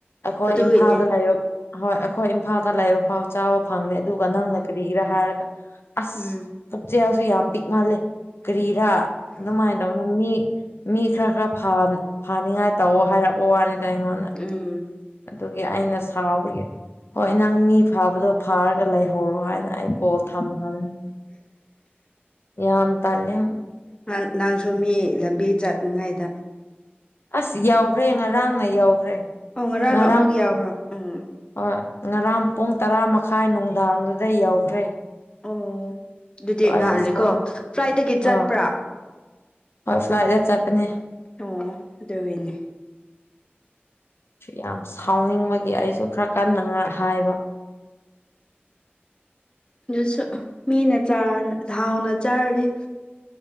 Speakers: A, on the left (about 75°); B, on the left (about 25°).
A: ꯑꯩꯈꯣꯏ
B: ꯑꯗꯨꯒꯤꯅꯦ
A: ꯏꯝꯐꯥꯜꯗ ꯂꯩꯔ ꯍꯣꯏ ꯑꯩꯈꯣꯏ ꯏꯝꯐꯥꯜꯗ ꯂꯩꯕ ꯐꯥꯎ ꯆꯥꯕ ꯐꯪꯗꯦ ꯑꯗꯨꯒ ꯅꯪꯅ ꯀꯔꯤꯒꯤꯔꯥ ꯍꯥꯏꯔꯒ ꯑꯁ
B: ꯎꯝ
A: ꯄꯨꯛꯆꯦꯜꯁꯨ ꯌꯥꯝ ꯄꯤꯛ ꯃꯥꯜꯂꯦ ꯀꯔꯤꯔꯥ ꯑꯗꯨꯃꯥꯏꯅ ꯇꯧ ꯃꯤ ꯃꯤ ꯈꯔ ꯈꯔ ꯐꯥ ꯐꯥꯅꯤꯡꯉꯥꯏ ꯇꯧꯑꯣ ꯍꯥꯏꯔꯛꯄ ꯋꯥꯅꯤꯗ ꯑꯩꯉꯣꯟꯗ꯫
B: ꯎꯝ꯫
A: ꯑꯗꯨꯒꯤ ꯑꯩꯅ ꯁꯥꯎꯕꯒꯤ ꯍꯣꯏ ꯅꯪ ꯃꯤ ꯐꯥꯕꯗꯣ ꯐꯥꯔꯒ ꯂꯩꯍꯧꯔꯣ ꯍꯥꯏꯅ ꯑꯩ ꯀꯣꯜ ꯊꯝꯈ꯭ꯔꯃꯅꯤ꯫ ꯌꯥꯝ ꯇꯜꯂꯦꯝ
B: ꯅꯪ ꯅꯪꯁꯨꯨ ꯃꯤ ꯂꯝꯕꯤ ꯆꯠꯅꯤꯉꯩꯗ
A: ꯑꯁ ꯌꯥꯎꯈ꯭ꯔꯦ ꯉꯔꯥꯡꯅ ꯌꯎꯈ꯭ꯔꯦ
B: ꯑꯧ ꯉꯔꯥꯡꯅ
A: ꯉꯔꯥꯡ
B: ꯑꯃꯨꯛ ꯌꯥꯎꯕ꯭ꯔꯣ
A: ꯍꯣꯏ
B: ꯎꯝ
A: ꯉꯔꯥꯡ ꯄꯨꯡ ꯇꯔꯥ ꯃꯈꯥꯏ ꯅꯨꯡꯗꯥꯡꯗꯨꯗ ꯌꯧꯈ꯭ꯔꯦ꯫
B: ꯎꯝ ꯑꯗꯨꯗꯤ
A: ꯑꯗꯣ ꯑꯩꯁꯨ
B: ꯉꯥꯜꯂꯤꯀꯣ
A: ꯁꯥꯎꯅꯤꯡ
B: ꯐ꯭ꯂꯥꯏꯠꯇꯒꯤ ꯆꯠꯄ꯭ꯔꯥ꯫
A: ꯍꯣꯏ ꯍꯣꯏ ꯐ꯭ꯂꯥꯏꯇ ꯆꯠꯄꯅꯦ꯫
B: ꯑꯣ ꯑꯗꯨꯒꯤꯅꯦ꯫
A: ꯌꯥꯝ ꯁꯥꯎꯅꯤꯡꯕꯒꯤ ꯑꯩꯖꯨ ꯈꯔ ꯀꯟꯅꯉꯥꯏ ꯍꯥꯏꯕ꯫
B: ꯑꯗꯨꯁꯨ ꯃꯤꯅ ꯆꯥ ꯊꯥꯎꯅ ꯆꯥꯔꯗꯤ